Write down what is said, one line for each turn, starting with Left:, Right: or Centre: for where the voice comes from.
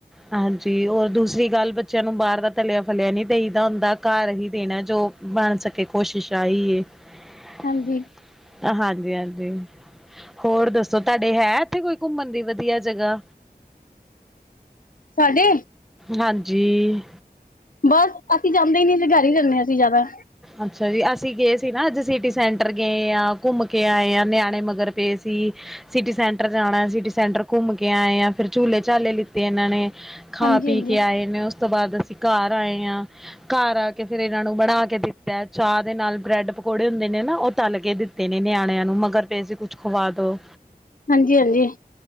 Centre: ਹਾਂਜੀ ਰ ਦੂਸਰੀ ਗੱਲ ਬੱਚਿਆਂ ਨੂੰ ਬਾਹਰ ਦਾ ਤਲਿਆ ਫਲਿਆ ਨੀ ਦਹੀ ਦਾ ਹੁੰਦਾ ਘਰ ਹੀ ਦੇਣਾ ਜੋ ਬਣ ਦੇਖੋ ਸਸਾਈ ਆਈ ਹੈ।
Left: ਹਾਂਜੀ
Centre: ਹਾਂਜੀ- ਹਾਂਜੀ ਹੋਰ ਦਸੋ ਤੁਹਾਡੇ ਹੈ। ਇਥੇ ਕੋਈ ਘੁੰਮਣ ਦੀ ਵਧੀਆ ਜਗਾ
Left: ਸਾਡੇ-
Centre: ਹਾਂਜੀ-
Left: ਬਸ ਅਸੀ ਜਾਂਦੇ ਹੀ ਨਹੀ ਅਸੀ ਘਰ ਹੀ ਜਾਂਦੇ ਹੈ ਅਸੀ ਜ਼ਿਆਦਾ
Centre: ਅਛਾ ਜੀ ਅਸੀ ਗਏ ਸੀ ਨਾ ਅਜ ਅ ਸਿਟੀ ਸੈਂਟਰ ਗਏ ਆ ਘੁੰਮ ਕੇ ਆਏ ਆ ਨਿਆਣੇ ਮਗਰ ਪਏ ਸੀ ਸਿਟੀ ਸੈਂਟਰ ਜਾਣਾ ਸਿਟੀ ਸੈਂਟਰ ਘੁੰਮ ਕੇ ਆਏ ਆ ਫਿਰ ਝੂਲੇ ਝਾਲੇ ਲਿਤੇ ਇਹਨਾਂ ਨੇ
Left: ਹਾਂਜੀ
Centre: ਖਾ ਪੀ
Left: ਹਾਂਜੀ
Centre: ਕੇ ਆਏ ਨੇ ਉਸ ਤੋਂ ਬਾਅਦ ਅਸੀ ਘਰ ਆਏ ਹਾਂ ਘਰ ਆ ਕੇ ਫਿਰ ਇਹਨਾਂ ਨੂੰ ਬਣਾ ਕੇ ਦਿਤਾ ਚਾਹ ਦੇ ਨਾਲ ਬ੍ਰੈਡ ਪਕੌੜੇ ਹੁੰਦੇ ਨੇ ਨਾ ਉਹ ਤਲ ਕੇ ਦਿਤੇ ਨੇ ਨਿਆਣਿਆਂ ਨੂੰ ਮਗਰ ਤੇ ਅਸੀ ਕੁਛ ਪਾਦੋ
Left: ਹਾਂਜੀ -ਹਾਂਜੀ-